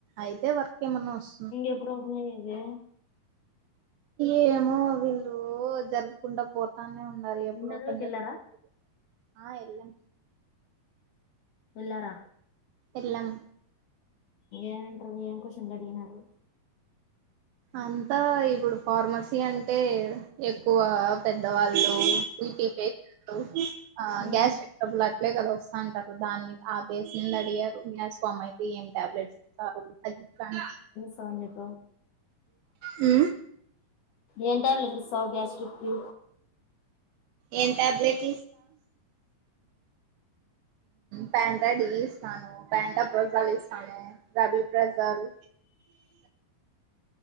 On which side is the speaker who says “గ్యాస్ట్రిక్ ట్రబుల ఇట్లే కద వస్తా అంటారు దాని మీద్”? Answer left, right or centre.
Right